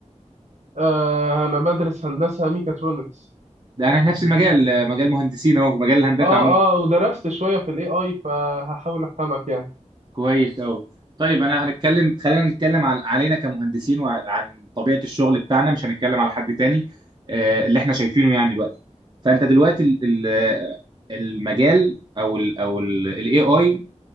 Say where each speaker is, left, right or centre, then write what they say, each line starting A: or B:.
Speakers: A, on the right (about 65°); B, on the right (about 35°).
A: آه انا بدرس هندسة ميكاترونكس
B: ده انا في نفس المجال مجال مهندسين اهو مجال الهندسه
A: اه
B: عموما
A: اه ودرست شوية في الاي اي فهحاول افهمك يعني
B: كويس قوي طيب انا هنتكلم خلينا نتكلم عن علينا كمهندسين وعن طبيعه الشغل بتاعنا مش هنتكلم على حد تاني آه، اللي احنا شايفينه يعني دلوقتي فانت دلوقتي ال- ال- المجال او ال او الاي اي